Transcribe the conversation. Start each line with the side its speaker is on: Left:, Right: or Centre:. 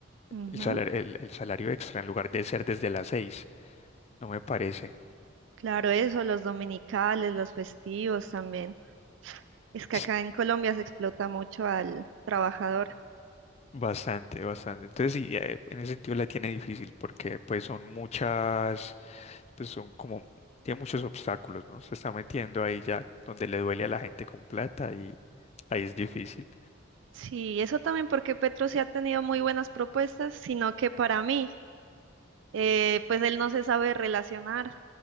Right: Ujú.
Left: El salario, el, el salario extra en lugar de ser desde las 6 no me parece
Right: Claro, eso, los dominicales, los festivos también. Es que
Left: ts-
Right: acá en Colombia se explota mucho al trabajador.
Left: bastante, bastante. Entonces sí, eh, en ese sentido la tiene difícil porque pues son muchas, pues son como, tiene muchos obstáculos, ¿no? Se está metiendo ahí ya donde le duele a la gente con plata y ahí es difícil.
Right: Sí, eso también porque Petro sí ha tenido muy buenas propuestas, sino que para mí, eh, pues él no se sabe relacionar